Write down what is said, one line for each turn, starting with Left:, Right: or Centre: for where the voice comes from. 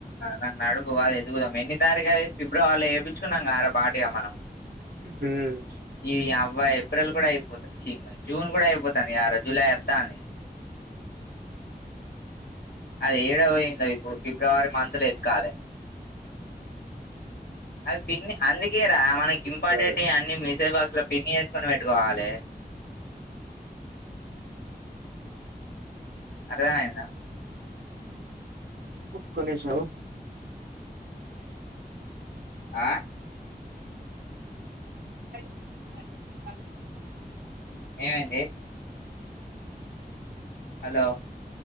Left: నన్ను అడుగు అది ఎతుకుదాం ఎన్ని తారీఖు అది ఫిబ్రవరిల చేపిచ్చు. కున్నాం గాదార బాటియ మనం.
Right: హ్మ్.
Left: ఇ అవ్వ ఏప్రిల్ కూడా అయిపోతుంది చి జూన్ కూడా అయిపోతాంది కదరా జులై అత్తాంది. అది ఏడ పోయిందో ఇప్పుడు ఫిబ్రవరి మంత్ లో ఎతకాలే. అది పిన్నె అందుకేరా మనకి
Right: ఎత్తుకోలే.
Left: ఇంపార్టెంట్ అన్ని మెసేజ్ బాక్స్ లో పిన్ చేసుకొని పెట్టుకోవాలే. అర్థమైందా.
Right: ఒక్క నిమిషం అగు.
Left: ఆ.
Right: అ
Left: ఏమయ్యింది. హలో.